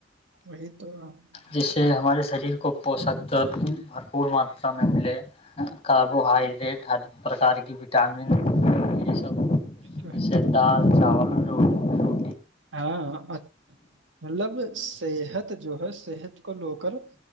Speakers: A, on the right (about 75°); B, on the left (about 30°).
A: وہی تو وہی
B: جس سے ہمارے شریر کو پوشک درد بھرپور ماترا میں ملے کاربوہائڈریٹ ہر پرکار کی وٹامن یہ سب
A: تو ہے
B: جیسے دال چاول ہو
A: ہاں مطلب <unintelligible> صحت جو ہے صحت کو لو کر